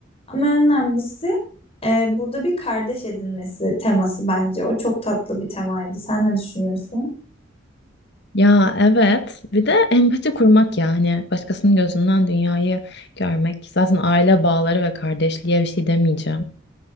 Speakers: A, on the left; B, on the left.
A: ama en önemlisi e, burada bir kardeş edinmesi teması bence o çok tatlı bir temaydı sen ne düşünüyorsun?
B: Ya evet bir de empati kurmak yani başkasının gözünden dünyayı görmek. Zaten aile bağları ve kardeşliğe bir şey demeyeceğim.